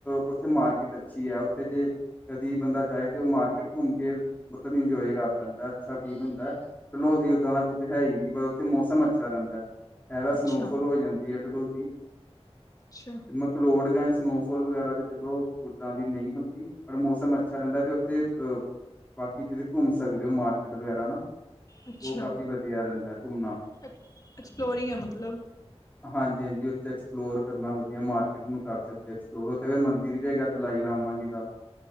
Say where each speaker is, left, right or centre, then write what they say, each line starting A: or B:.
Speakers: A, on the left (about 15°); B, on the left (about 35°).
A: ਉੱਥੇ ਮਾਰਕੀਟ ਅੱਛੀ ਹੈ ਉੱਥੇ ਜੇ ਕਦੀ ਬੰਦਾ ਜਾਏ, ਤੇ ਉਹ ਮਾਰਕੀਟ ਘੁੰਮ ਕੇ ਮਤਲਬ ਇੰਜੋਏ ਕਰ ਲੈਂ, ਅੱਛਾ ਫੀਲ ਹੁੰਦਾ ਡਲਹੌਜੀ ਓਦਾਂ ਦਾ ਕੁੱਛ ਹੈ ਹੀ ਨਹੀਂ, ਪਰ ਉੱਥੇ ਮੌਸਮ ਅੱਛਾ ਰਹਿੰਦਾ, ਐ ਵਾਰ
B: ਅੱਛਾ
A: ਸਨੋਫੋਲ ਹੋ ਜਾਂਦੀ ਹੈ ਜਦੋ
B: ਅੱਛਾ।
A: ਮਕਲੋਟ ਗੰਜ ਸਨੋਫਾਲ ਵਗੈਰਾ, ਤੇ ਜਦੋਂ ਉਦਾਂ ਦੀ ਨਹੀਂ ਹੁੰਦੀ ਪਰ, ਮੌਸਮ ਅੱਛਾ ਰਹਿੰਦਾ ਤੇ, ਤੇ ਬਾਕੀ, ਜਿਹੜੇ ਘੁੰਮ ਸਕਦੇ ਹੋ ਮਾਰ ਏਧਰ ਵਗੈਰਾ ਨਾ,
B: ਅੱਛਾ
A: ਉਹ ਕਾਫੀ ਵਧੀਆ ਰਹਿੰਦਾ ਘੁੰਮਣਾ।
B: ਐਕਸਪਲੋਰਿੰਗ ਹੈ ਮਤਲਬ,
A: ਹਾਂਜੀ -ਹਾਂਜੀ ਐਕਸਪਲੋਰ, ਕਰਨਾ ਵਧੀਆ ਮਾਰਕੀਟ ਨੂੰ ਕਰ ਸਕਦੇ, ਐਕਸਪਲੋਰ ਉੱਥੇ ਫੇਰ ਮੰਦਿਰ ਵੀ ਹੈ ਕਰਦੇ ਲਾਈ ਲਾਮਾ ਜੀ ਦਾ। <inaudible>